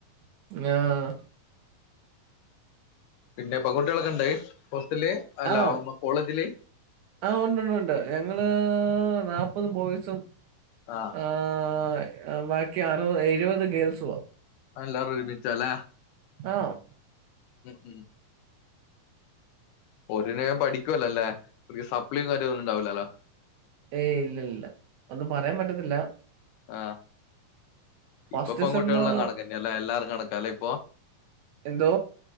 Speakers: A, on the right (about 75°); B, on the left (about 80°).
A: <unintelligible>
B: പിന്നെ പെങ്കുട്ടിയാളൊക്കെ ഉണ്ട് ഹോസ്റ്റൽല് അല്ല
A: ആഹ്
B: കോളേജില്
A: ആഹ് ഉണ്ട്ണ്ട് ഉണ്ട് ഞങ്ങള് നാൽപത് ബോയിസും
B: ആഹ്
A: ആഹ് ബാക്കി അറുപ എഴുപത് ഗേൾസ്വോ
B: അല്ലാരു ഒരുമിച്ച ല്ലേ
A: ആണോ
B: ഉം ഉം <unintelligible> പഠിക്കുവല്ലോ ല്ലേ <unintelligible> സപ്ളി കാര്യൊ ഒന്നും ഉണ്ടാവില്ലല്ലോ
A: ഏയ് ഇല്ല ഇല്ല. ഒന്നും പറയാൻ പറ്റത്തില്ല
B: ആഹ്.
A: ഫസ്റ്റ്
B: ഇപ്പൊ പെൺകുട്ടികളെല്ലം
A: സെമ്മ്
B: കണക്കന്നേല്ലേ എല്ലാരും കണക്കാല്ലേ ഇപ്പൊ?
A: എന്തോ?